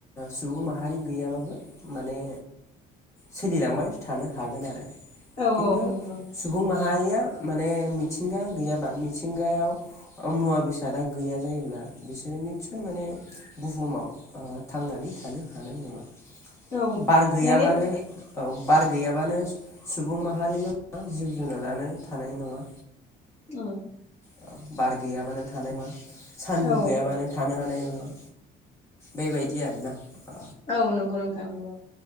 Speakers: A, on the left (about 15°); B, on the left (about 40°).
A: सुबुं माहारि गैयाब्लाबो माने सोलिलांबाय थानो हागोन आरो।
B: औ
A: खिन्थु
B: नंगौ
A: सुबुं माहारिया माने मिथिंगा गैयाबा मिथिंगायाव मुवा बेसादा गैया जायोब्ला बिसोरो निससय माने बुहुमाव थांनानै थानो हानाय नङा
B: औ
A: बार गैयाबानो
B: माने
A: औ बार गैयाबानो सुबुं माहारिल' नङ जिब जुनारानो थानाय नङा।
B: औ।
A: औ बार गैयाबानो थानाय नङा सान्दुं
B: औ
A: गैयाबानो थानो हानाय नङा बेबायदि आरोना। ओ
B: औ नंगौ नोंथां नंगौ।